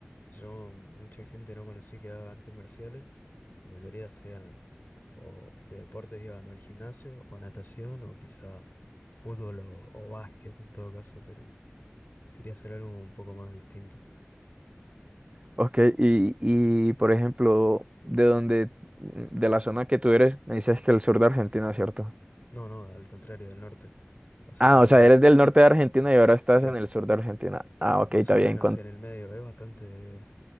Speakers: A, on the left; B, on the right.
A: yo mucha gente no conocí que haga artes marciales. La mayoría sean o de deportes iban o al gimnasio o natación o quizá fútbol o, o básquet en todo caso, pero quería hacer algo un poco más distinto.
B: ok, y, y por ejemplo, de donde, de la zona que tú eres, me dices que el sur de Argentina, ¿cierto?
A: No, no, al contrario del norte. Hace
B: Ah,
A: calor
B: o sea,
A: ahí.
B: eres del
A: <laughs>
B: norte de Argentina y ahora estás
A: Sí,
B: en el sur de Argentina. Ah, ok,
A: más
B: está
A: o
B: bien,
A: menos en el medio. Es bastante